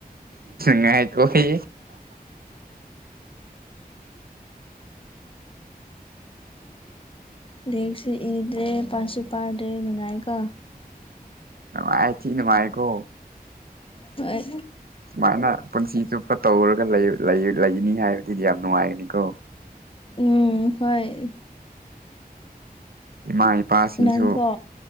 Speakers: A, on the right (about 70°); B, on the left (about 35°).
A: ꯉꯥꯏꯈꯣꯍꯦ
B: <unintelligible> ꯂꯦꯛꯁꯨ ꯏꯗ꯭ꯔꯦ ꯄꯥꯠꯁꯨ ꯄꯥꯗ꯭ꯔꯦ ꯅꯨꯡꯉꯥꯏꯀꯣ
A: ꯑꯥꯏ ꯊꯤꯅꯨꯡ ꯅꯨꯡꯉꯥꯏꯀꯣ
B: ꯍꯣꯏ
A: ꯁꯨꯃꯥꯏꯅ ꯄꯨꯟꯁꯤ ꯆꯨꯞꯄ ꯇꯧꯔꯒ ꯂꯩꯅꯤ ꯍꯥꯏꯕꯗꯨꯗꯤ ꯌꯥꯝ ꯅꯨꯡꯉꯥꯏꯒꯅꯤꯀꯣ
B: ꯎꯝ ꯍꯣꯏ
A: ꯏꯃꯥ ꯏꯄꯥꯁꯤꯡꯁꯨ
B: ꯅꯪꯀꯣ